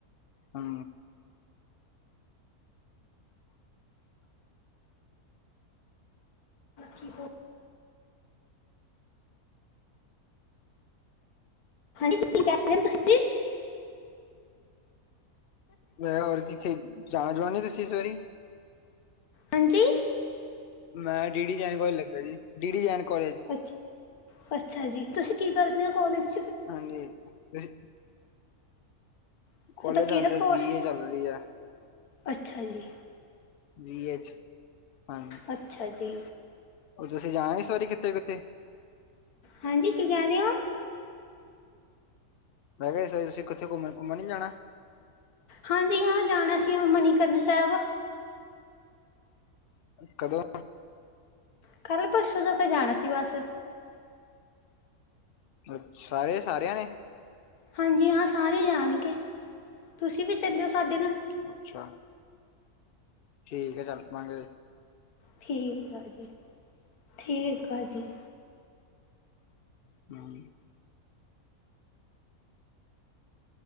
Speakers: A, on the left; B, on the left.
A: ਹਮ।
B: ਕੀ ਹੋ। ਹਾਂਜੀ ਕੀ ਕਹਿ ਰਹੇ ਤੁਸੀਂ‌।
A: ਮੈਂ ਹੋਰ ਕਿੱਥੇ ਜਾਣਾ ਜੁਣਾ ਨੀ ਤੁਸੀਂ ਇਸ ਵਾਰੀ।
B: ਹਾਂਜੀ।
A: ਮੈਂ ਡੀ ਡੀ ਜੈਨ ਕੋਾਲਜ ਲੱਗਾ ਜੀ ਡੀ ਡੀ ਜੈਨ ਕੋਾਲਜ।
B: ਅੱਛ ਅੱਛਾ ਜੀ ਤੁਸੀਂ ਕੀ ਕਰਦੇ ਹੋ ਕੋਲਜ।
A: ਹਾਂਜੀ ਤੁਸੀਂ।
B: ਤੁਹਾਡਾ
A: ਕੋਲੇਜ
B: ਕਿਹੜਾ
A: ਚੱਲਦੇ
B: ਕੋਰਸ?
A: ਬੀ ਏ ਚੱਲ ਰਹੀ ਹੈ।
B: ਅੱਛਾ ਜੀ
A: ਬੀ ਏ ਚ ਹਾਂਜੀ।
B: ਅੱਛਾ ਜੀ।
A: ਹੋਰ ਤੁਸੀਂ ਜਾਣਾਗੇ ਸਵਰੀ ਕਿੱਥੇ ਕਿੱਥੇ
B: ਹਾਂਜੀ ਕੀ ਕਹਿ ਰਹੇ ਹੋ
A: ਮੈਂ ਕਿਹਾ ਇਸ ਤੁਸੀਂ ਕਿੱਥੇ ਘੁੰਮਣ ਘੁੰਮਣ ਨੀ ਜਾਣਾ
B: ਹਾਂਜੀ ਹਾਂ ਜਾਣਾ ਸੀ ਮਨੀਕਰਨ ਸਾਹਿਬ
A: ਕਦੋਂ
B: ਕੱਲ੍ਹਪਰਸੂ ਤੱਕ ਜਾਣਾ ਸੀ ਬਸ
A: ਅਛਾ ਸਾਰੇਸਾਰਿਆਂ ਨੇ
B: ਹਾਂਜੀ ਹਾਂ ਸਾਰੇ ਜਾਣਗੇ, ਤੁਸੀਂ ਵੀ ਚੱਲਿਓ ਸਾਡੇ ਨਾ
A: ਅੱਛਾ ਠੀਕ ਐ ਚੱਲ ਪਾਾਂਗੇ
B: ਠੀਕ ਆ ਜੀ, ਠੀਕ ਆ ਜੀ
A: ਹਾਂਜੀ